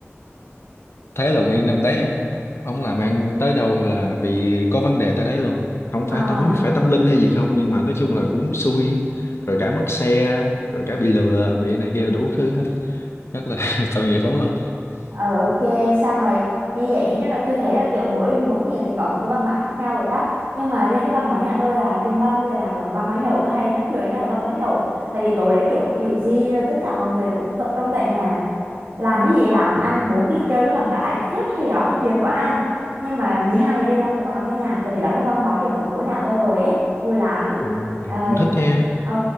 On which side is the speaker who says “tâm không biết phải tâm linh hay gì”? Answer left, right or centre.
Left